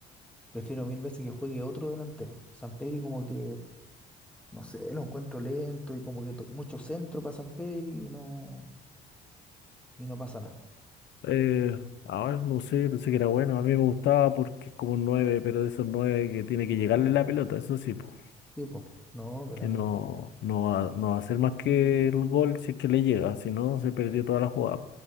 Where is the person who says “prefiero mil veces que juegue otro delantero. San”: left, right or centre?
Centre